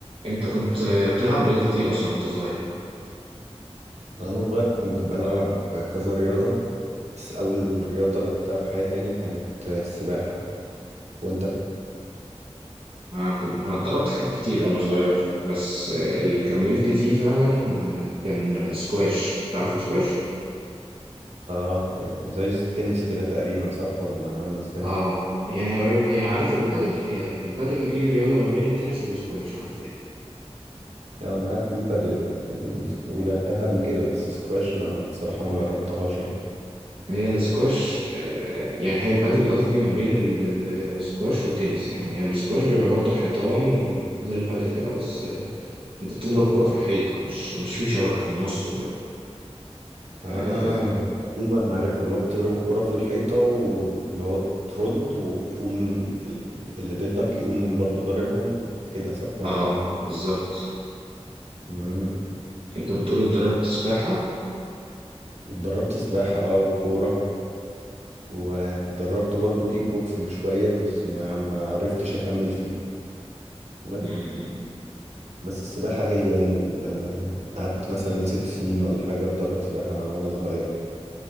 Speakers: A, on the right (about 50°); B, on the right (about 85°).
A: انت كنت بتلعب رياضة ايه اصلا وانت صغير؟
B: وأنا صغير كنت بلعب كذا رياضة بس أول رياضة لعبتها في حياتي يعني كانت السباحة وأنت؟
A: انا كنت انا اتدربت حاجات كتير وانا صغير بس اللي كملت فيه فعلا آه، كان سكواش تعرف السكواش؟
B: آه هي زي التنس كده تقريبا صح ولا عاملة إزاي؟
A: اه يعني قريب هي عارف البادل هي البادل دي رياضة ما بين التنس والسكواش حرفيا
B: يعني أنا عارف البادل بس يعني س- ولعبتها قبل كده بس سكواش لأ بصراحة ما جربتهاش يعني
A: هي السكواش آه، يعني هي البادل قصدي ما بين ال- ال- السكواش والتنس يعني هي السكواش بيبقى برضه حيطان وزي البادل كده بس آه، انت بتضرب الكرة في الحيطة مش مش في شبكة في النص وكده
B: آه
A: اه
B: تقريبا عارفها اللي هو بتضرب الكرة في الحيطة واللي هو ترد ويقوم ال- اللي ضدك يقوم برضو ضاربها وكده صح ولا؟
A: آه، بالظبط
B: مم.
A: انت بتقول اتدربت سباحة
B: اتدربت سباحة اه وكورة ودربت برضو كيك بوكسنج شوية بس ما ما عرفتش أكمل فيه بس
A: مم.
B: بس السباحة هي يعني ال- قعدت مثلا ست سنين ولا حاجة أتدرب سباحة وأنا صغير